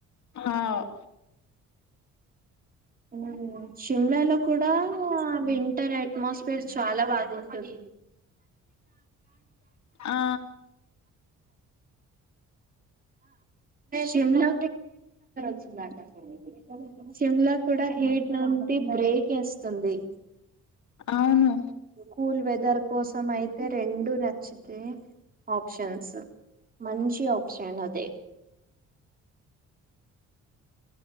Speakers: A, on the left; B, on the right.
A: ఆవ్
B: హ్మ్ షిమ్లాలో కూడా వింటర్ అట్మాస్ఫియర్ చాలా బాగున్టుంది
A: ఆ
B: శిమ్లా <inaudible> శిమ్లా కూడా హీట్ నంటి బ్రేక్ ఎస్తుంది
A: అవును
B: కూల్ వెదర్ కోసం అయితే రెండు నచ్చితే ఆప్షన్స్ మంచి ఆప్షన్ అది